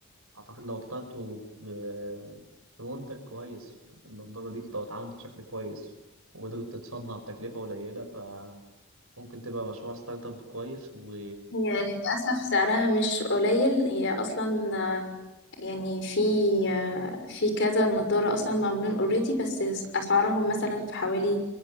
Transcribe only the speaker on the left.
هي للأسف سعرها مش قليل هي أصلا آه، يعني في آه، في كذا نظارة أصلا معمولين اوريدي بس أسعارهم مثلا في حوالي